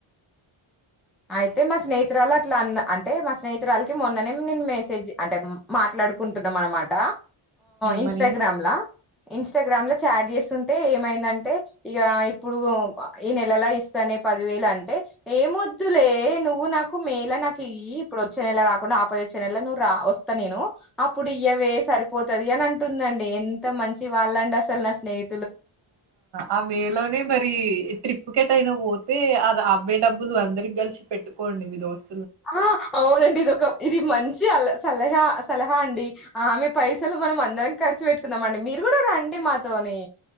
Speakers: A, in the centre; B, on the right.
A: అయితే మా స్నేహితురాలు అట్లా అన్న అంటే మా స్నేహితురాలకి మొన్ననే నేను మెసేజ్ అంటే మాట్లాడుకుంటున్నాం అనమాట
B: ఏమని
A: ఇన్స్టాగ్రామ్ లా ఇన్స్టాగ్రామ్ లో చాట్ చేస్తుంటే ఏమైందంటే ఇక ఇప్పుడు ఈ నెలలా ఇస్తానే పదివేలు అంటే ఏమో వద్దులే నువ్వు నాకు మేల నాకు ఇ ఇప్పుడు వచ్చే నెల కాకుండా ఆపైయి వచ్చే నెల నువ్వు రా వస్తా నేను అప్పుడు ఇయ్యవే సరిపోతది అని అంటుందండి ఎంత మంచి వాళ్ళండి అసలు నా స్నేహి
B: ఆ మే లోనే మరి ట్రీప్ ట్రిప్ కు ఎటైనా పోతే అ అవే డబ్బులు అందరికి కలిసి పెట్టుకోండి మీ దోస్తు
A: ఆ అవునండి ఇదొక ఇది మంచి అలా సలహా సలహా అండి ఆమె పైసలు మనం అందరం ఖర్చు పెట్టుకున్నాం అండి మీరు కూడా రండి మాతోని